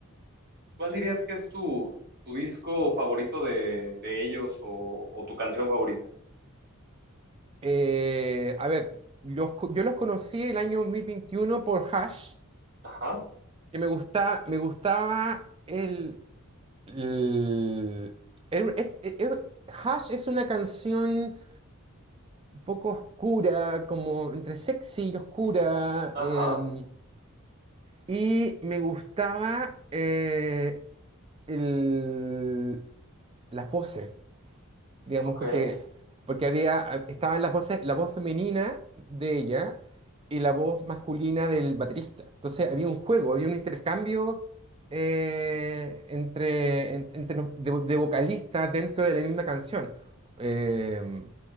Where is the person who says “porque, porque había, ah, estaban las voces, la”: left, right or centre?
Right